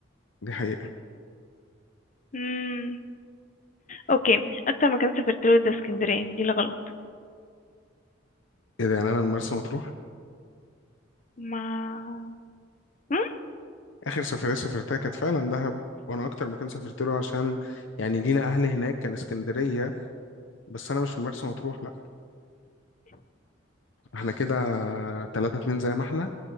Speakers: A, on the left; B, on the left.
A: دي حقيقة
B: امم اوكي اكتر مكان سافرت له ده اسكندريه دي الغلط
A: إيه ده يعني أنا من مرسى مطروح
B: ما مم؟
A: آخر سفرية سافرتها كانت فعلا دهب وأنا أكتر مكان سافرت له عشان يعني لينا أهل هناك كان اسكندرية بس أنا مش من مرسى مطروح لأ إحنا كده تلاتة اتنين زي ما إحنا